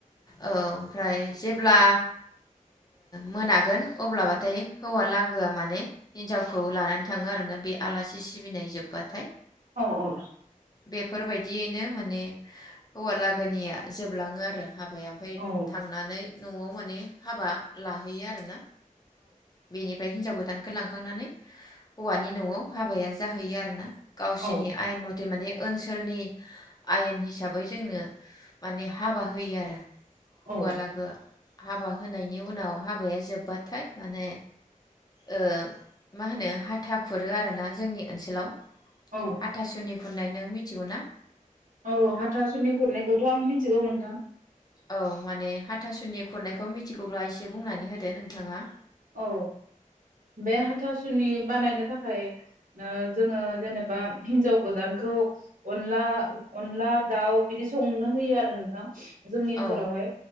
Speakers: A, on the left; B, on the right.
A: औ ओमफ्राय जेब्ला मोनागोन अब्लाबा नाथाय हौवा लागोआ माने हिनजावखौ लानानै थाङो आरोना बे आलासि सिबिनाय जोबबाथाय
B: औ औ
A: बेफोरबायदियैनो माने हौवा लागोनिया जोबलाङो आरो हाबाया ओमफाय
B: औ
A: थांनानै न'आव माने हाबा लाहैयो आरोना बेनिफ्राय हिनजाव गोदान दानखौ लांखांनानै हौवानि न'आव हाबाया जाहैयो आरो ना गावसिनि
B: औ
A: आयेन मथे माने ओनसोलनि आयेन हिसाबै जोंनो माने हाबा होयो आरो हौवालागो
B: औ
A: आ हाबा होनायनि उनाव हाबाया जोब्बाथाय माने ओ मा होनो हा आथा खुरो आरो ना जोंनि ओन्सोलाव
B: औ
A: हाथासुनि खुनायनो नों मिथिगौ ना
B: औ हाथासुनि गुरनायखौथ' आं मिथिगौ नों
A: औ माने हाथासुनि खुरनायखौ मि खथिखौब्ला एसे बुंनानै होदो नोंथाङा
B: औ बे हाथासुनि बानायनो थाखाय थाखाय जोङो जेनेबा हिन्जाव गोदानखौ अनला अनला दाउ बिदि संनो होयो आरो नोंथां जोंनि ओनसोलावहाय
A: औ